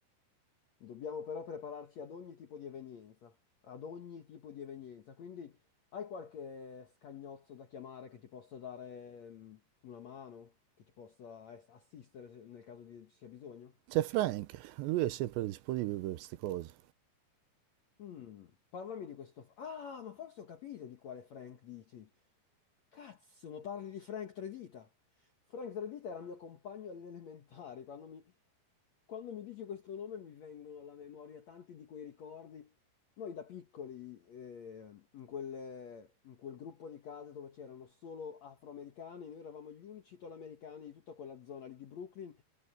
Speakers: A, on the left; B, on the right.
A: dobbiamo però prepararci ad ogni tipo di evenienza, ad ogni tipo di evenienza. Quindi hai qualche scagnozzo da chiamare che ti possa dare mm, una mano, che ti possa eh, assistere se- nel caso di- ci sia bisogno?
B: C'è Frank, lui è sempre disponibile per queste cose.
A: Mm, parlami di questo. f- Ah, ma forse ho capito di quale Frank dici. Cazzo, ma parli di Frank Tredita. Frank Tredita era mio compagno alle elementari. Quando mi quando mi dici questo nome mi vengono alla memoria tanti di quei ricordi. Noi da piccoli, eh, in quel, in quel gruppo di case dove c'erano solo afroamericani, noi eravamo gli unici italoamericani di tutta quella zona lì di Brooklyn,